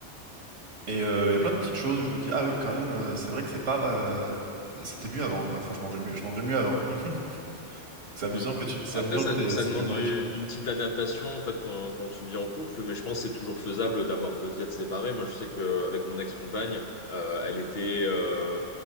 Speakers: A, on the right (about 75°); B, on the left (about 55°).
A: Et euh, il y a plein de petites choses où je me dis, ah oui, quand même, euh, c'est vrai que c'est pas, euh, c'était mieux avant, quoi. Enfin, je mangeais mieux, je mangeais mieux avant. <laughs> C'est amusant
B: Mm.
A: que tu, c'est
B: Bah
A: amusant
B: Après, ça,
A: que t'aies
B: ça
A: ce
B: demande
A: même régime.
B: u- une petite adaptation en fait quand, quand tu vis en couple, mais je pense que c'est toujours faisable d'avoir deux diètes séparées. Moi, je sais qu'avec mon ex-compagne, euh, elle était, euh,